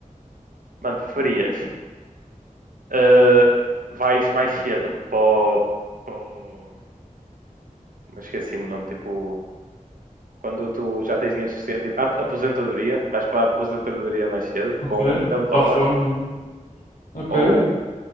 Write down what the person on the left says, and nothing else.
Ok.
Para
a reforma. Ok.